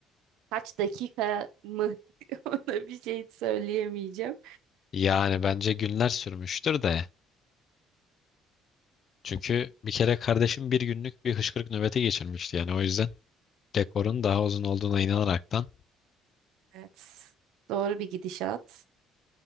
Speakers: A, on the right (about 85°); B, on the left (about 35°).
A: kaç dakika mı <laughs> ona bir şey söyleyemeyeceğim.
B: Yani bence günler sürmüştür de. Çünkü bir kere kardeşim bir günlük bir hıçkırık nöbeti geçirmişti. Yani o yüzden rekorun daha uzun olduğuna inanaraktan
A: Evet. Doğru bir gidişat.